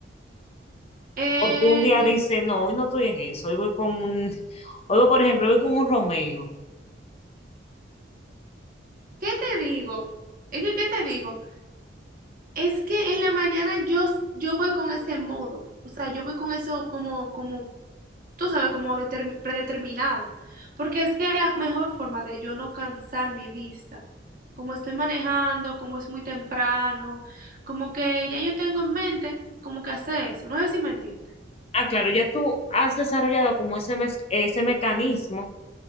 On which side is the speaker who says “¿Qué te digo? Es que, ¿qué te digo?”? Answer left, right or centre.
Right